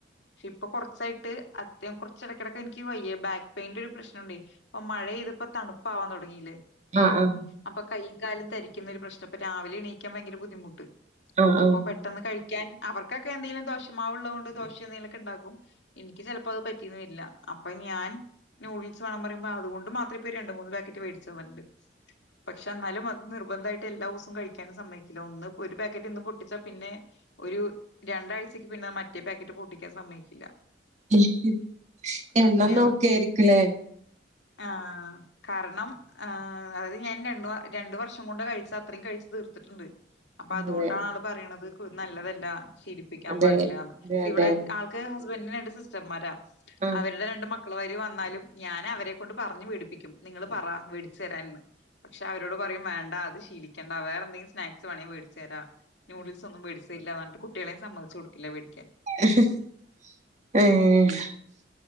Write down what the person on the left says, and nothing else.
പക്ഷെ ഇപ്പൊ കൊറ- സായിട്ട് അത്യം കുറച്ചെടെക്കെടെക്കെനിക്ക് വെയ്യാ ബാക്ക് പെയിന്റെ ഒരു പ്രശ്നണ്ടേ പ്പം മഴെയ്തപ്പോ തണ് <unintelligible> തുടങ്ങിയില്ലേ
അപ്പൊ കൈയും കാലും തരിക്കുന്നൊരു പ്രശ്നം ഇപ്പൊ രാവിലെ എണീക്കാൻ ഭയങ്കര ബുദ്ധിമുട്ട്
അപ്പൊ
പെ പെട്ടെന്ന് കഴിക്കാൻ അവർക്കൊക്കെ എന്തെങ്കിലും ദോഷമാവുള്ളതു കൊണ്ട് ദോശ എന്തെങ്കിലുക്കെ ഉണ്ടാക്കും- എനിക്ക് ചെലപ്പോ അത് പറ്റീന്ന് വരില്ല അപ്പൊ ഞാൻ നൂഡിൽസ് വേണം പറയുമ്പോ അതുകൊണ്ട് മാത്രം ഇപ്പോ രണ്ട് മൂന്ന് പാക്കറ്റ് വേടിച്ചു <unintelligible> പക്ഷെ എന്നാലും അത് നിർബന്ധായിട്ട് എല്ലാ ഉസും കഴിക്യാനും സമ്മയ്ക്കില്ല ഒന്ന്- ഒരു പാക്കറ്റ് ഇന്ന് പൊട്ടിച്ചാ പിന്നെ- ഒരു രണ്ടാഴ്ചക്ക് പിന്നെ മറ്റേ പാക്കറ്റ് പൊട്ടിക്കാൻ സമ്മതിക്കില്ല
അങ്ങനെയാണ്
ആഹ് കാരണം ആഹ് അത് ഞാൻ രണ്ട് രണ്ട് വർഷം കൊണ്ട് കഴിച്ച അത്രയും കഴിച്ചു തീർത്തിട്ടുണ്ട് അപ്പൊ
അതൊണ്ടാണ് ആള് പറയുന്നത് നല്ലതല്ല ശീലിപ്പിക്കാൻ
പാടില്ലന്ന്
ഇവിടെ ആൾ- ക് ഹസ്ബന്റിന് രണ്ട് സിസ്റ്റർമാരാ
അവരുടെ രണ്ട് മക്കൾമാര് വന്നാലും ഞാൻ അവരെ കൊണ്ട് പറഞ് വേടിപ്പിക്കും നിങ്ങള് പറ വേടിച്ചു തരാൻന്ന് പക്ഷേ അവരോട് പറയും വേണ്ട അത് ശീലിക്കണ്ട വേറെന്തെങ്കിലും സ്നാക്സ് വേണെങ്കി വേടിച്ചരാ നൂഡിൽസൊന്നും മേടിച്ച. ല്ല റന്നിട്ട് കുട്ട്യേളെ സമ്മതിച്ച് കൊടുക്കില്ല വേടിക്കാൻ.